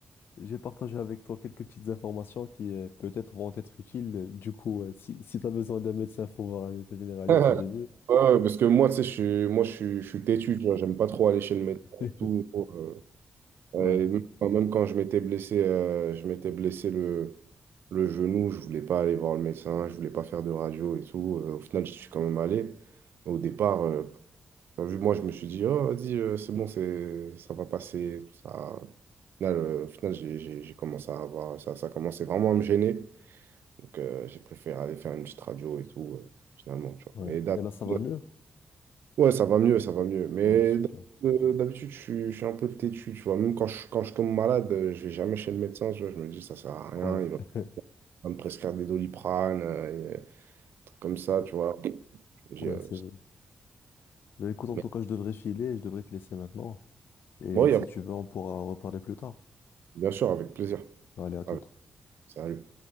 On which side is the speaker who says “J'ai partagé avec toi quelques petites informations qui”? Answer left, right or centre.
Left